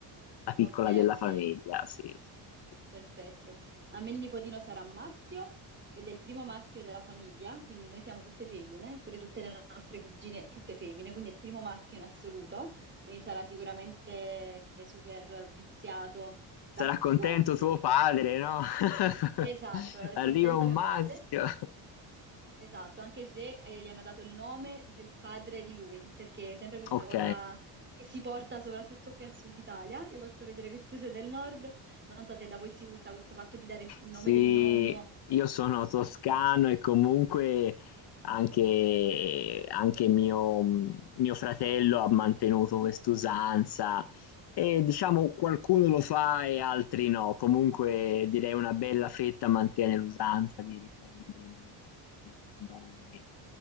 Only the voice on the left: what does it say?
la piccola
della
famiglia. Sì, sì, sì, sì.
Sarà
contento
tuo padre, no? <laughs>
Arriva
un
maschio.
Ok.
Sì,
io sono toscano e comunque anche, anche mio, mio fratello ha mantenuto quest'usanza e diciamo qualcuno lo fa e altri no. Comunque direi una bella fetta mantiene l'usanza di riprendere i nomi di nonni, di nonni.